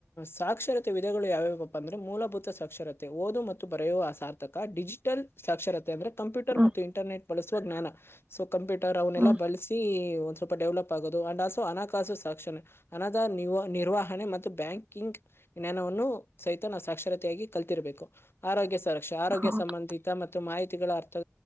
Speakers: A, on the left (about 50°); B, on the right (about 25°).
A: ಸಾಕ್ಷರತೆ ವಿಧೆಗಳು ಯಾವ್ಯಾವಪ್ಪ ಅಂದ್ರೆ ಮೂಲಭೂತ ಸಾಕ್ಷರತೆ ಓದು ಮತ್ತು ಬರೆಯುವ ಆ ಸಾರ್ಥಕ ಡಿಜಿಟಲ್ ಸಾಕ್ಷರತೆ ಅಂದರೆ ಕಂಪ್ಯೂರ್
B: ಹ್ಮ್
A: ಮತ್ತು ಇಂಟರ್ನೆಟ್ ಬಳಸಿ ಜ್ಞಾನ ಸೊ ಕಂಪ್ಯೂಟರ್ ಅವನ್ನೆಲ್ಲಾ
B: ಹ್ಮ್
A: ಬಳಸಿ ಸ್ವಲ್ಪ ಡೆವಲಪ್ ಆಗೋದು ಅಂಡ್ ಆಲ್ಸೋ ಹಣಕಾಸು ಸಾಕ್ಷಣ ಹನಾದ ನಿರ್ವಾಹ ಮತ್ತು ಬ್ಯಾಂಕಿಂಗ್ ಜ್ಞಾನವನ್ನು ಸಹಿತ ನಾವು ಸಾಕ್ಷರತೆಯಾಗಿ ಕಲ್ತಿರಬೇಕು ಆರೋಗ್ಯ ಸರ ಆರೋಗ್ಯ
B: ಹೌದು
A: ಸಂಬಂಧಿತ ಮತ್ತು ಮಾಹಿತಿ ರ್ಥ